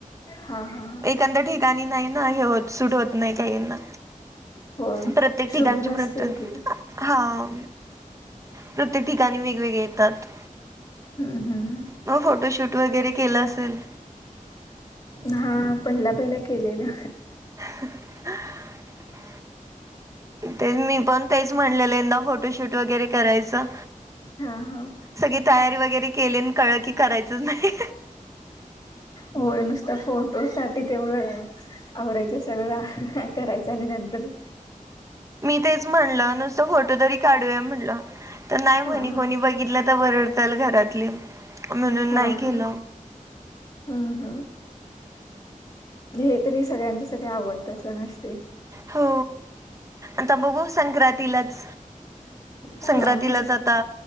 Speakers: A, on the left; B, on the right.
A: हा. हा
B: एखाद्या ठिकाणी नाही ना हे होत सुूट होत नाही काहीना.
A: हो
B: प्रत्येक ठिकाणचे
A: शुभ नसते
B: प्रत
A: एकेका
B: हा. प्रत्येक ठिकाणी वेगवेगळे येतात.
A: हम्म हम्म
B: म फोटोशूट वगैरे केलं असेल.
A: हा पहिला पहिला केलेलं.
B: <inaudible> तेच मी पण तेच म्हणलेलंं यंदा फोटोशूट वगैरे करायचं.
A: हा हा
B: सगळी तयारी वगैरे केली आणि कळ की करायचच नाही.
A: होय नुसत फोटो साठी तेवढं आवरायचं सगळं. करायचं आणि नंतर
B: च म्हण नुस फोटो तरी काूया म्ह नाही
A: हा
B: म्ह
A: हा
B: कोणी बित आता वरडताल घरातली म्हणून
A: हा
B: नाही केलं.
A: हा हम्म हम्म हे तरी सगळ्यांच्या सा आवडतंच नसत.
B: हो आता बघू संक्रांतीलाच.
A: हा
B: संक्रांतीलाच
A: हा
B: आता